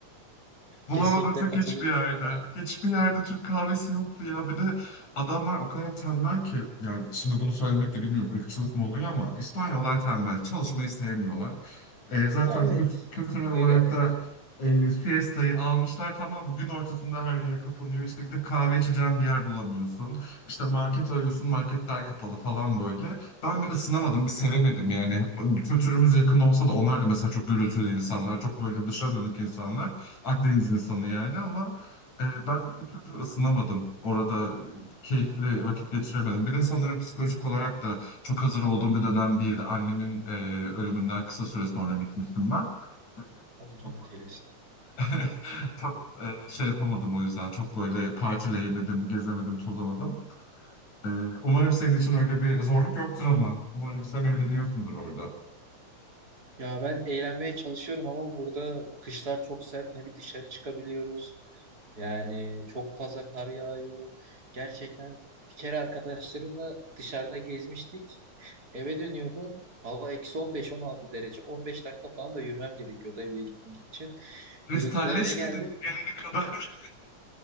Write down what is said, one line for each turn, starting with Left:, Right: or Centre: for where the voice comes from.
Left: Bulamadım
Right: Kesinlikle
Left: Türk
Right: katılıyorum
Left: hiçbir yerde.
Right: ya.
Left: Hiçbir yerde Türk kahvesi yoktu ya. Bir de adamlar o kadar tembel ki yani şimdi bunu söylemek de bilmiyorum ırkçılık mı oluyor ama İspanyollar tembel. Çalışmayı sevmiyorlar. E, zaten
Right: Evet,
Left: kült- kültürel
Right: bir tık
Left: olarak
Right: öyle.
Left: da e, siestayı almışlar tamam mı? Gün ortasında her yer kapanıyor. İşte gidip kahve içeceğin bir yer bulamıyorsun. İşte market arıyorsun marketler kapalı falan böyle. Ben bir ısınamadım, bir sevemedim yani. Kültürümüz yakın olsa da onlar da mesela çok gürültülü insanlar, çok böyle dışa dönük insanlar. Akdeniz insanı yani ama e, ben bir türlü ısınamadım. Orada e, keyifli vakit geçiremedim. Bir de sanırım psikolojik olarak da çok hazır olduğum bir dönem değildi. Annemin e, ölümünden kısa süre sonra gitmiştim ben. E,
Right: Allah
Left: Çok,
Right: rahmet eylesin.
Left: <laughs> çok e, şey yapamadım o yüzden. Çok böyle partileyemedim, gezemedim, tozamadım. E, umarım senin için öyle bir zorluk yoktur ama. Umarım sen eğleniyorsundur orada.
Right: Ya ben eğlenmeye çalışıyorum ama burada kışlar çok sert. Ne bir dışarı çıkabiliyoruz. Yani çok fazla kar yağıyor. Gerçekten bir kere arkadaşlarımla dışarıda gezmiştik. Eve dönüyordum. Hava eksi 15-16 derece. 15 dakika falan da yürümem gerekiyordu eve gitmek için.
Left: Kristalleşmedin
Right: Yürüdüm eve geldim.
Left: mi gelene kadar?